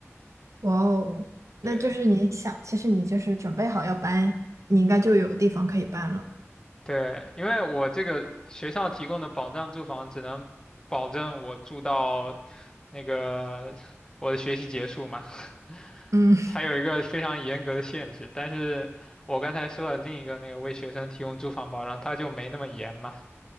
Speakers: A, on the right; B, on the left.
A: 哇哦，
B: <laughs> 对，
A: 那就是你想，其实你就是准备好要搬，你应该就有地方可以搬了。
B: 对，因为我这个学校提供的保障住房只能保证我住到那个我的学习结束嘛，<laughs>
A: 嗯
B: 它有一个非常严格的限制。但是我刚才说的另一个那个为学生提供住房保障，它就没那么严嘛。